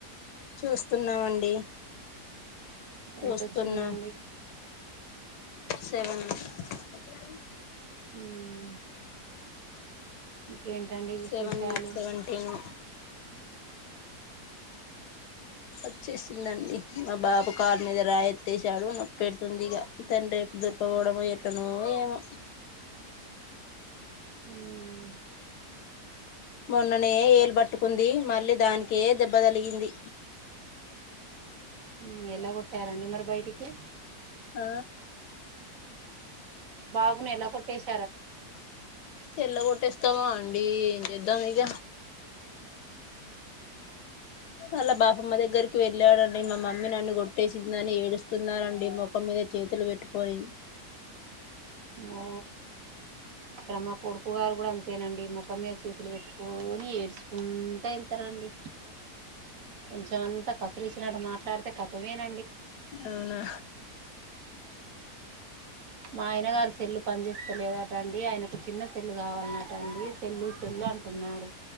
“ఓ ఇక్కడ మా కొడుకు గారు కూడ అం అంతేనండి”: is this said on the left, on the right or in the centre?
Right